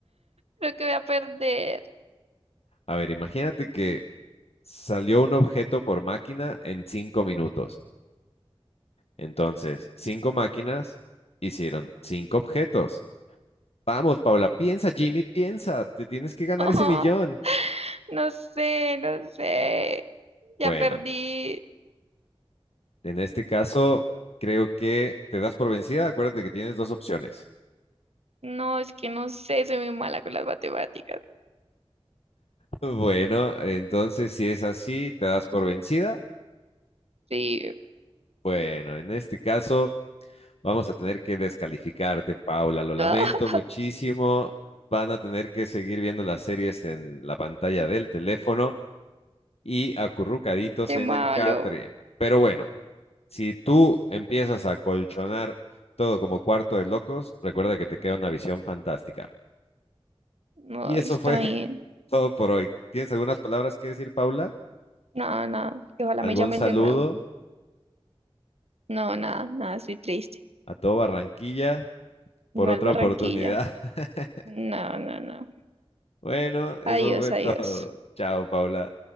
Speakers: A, on the right; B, on the left.
A: Creo que voy a perder.
B: A ver, imagínate que salió un objeto por máquina en 5 minutos. Entonces, 5 máquinas hicieron 5 objetos. Vamos, Paula, piensa, Jimmy, piensa, te tienes que ganar
A: <laughs>
B: ese millón.
A: No, no sé, no sé. Ya
B: Bueno,
A: perdí.
B: en este caso, creo que te das por vencida. Acuérdate que tienes dos opciones. <laughs>
A: No, es que no sé, soy muy mala con las matemáticas.
B: Bueno, entonces si es así, te das por vencida.
A: Sí.
B: Bueno, en este caso, vamos a tener que descalificarte, Paula. Lo lamento
A: Ah,
B: muchísimo. Van a tener que seguir viendo las series en la pantalla del teléfono y acurrucaditos
A: qué
B: en
A: malo.
B: el catre. Pero bueno. Si tú empiezas a colchonar todo como cuarto de locos, recuerda que te queda una visión fantástica.
A: No,
B: Y eso
A: está
B: fue <laughs>
A: bien.
B: todo por hoy. ¿Tienes algunas palabras que decir, Paula?
A: Nada, nada. que Ojalá
B: ¿Algún
A: me llamen
B: saludo
A: de nuevo. No, nada, nada, estoy triste.
B: a todo Barranquilla por
A: Igual
B: otra
A: Barranquilla.
B: oportunidad? <laughs>
A: No, no, no.
B: Bueno, eso
A: Adiós,
B: fue todo.
A: adiós.
B: Chao, Paula.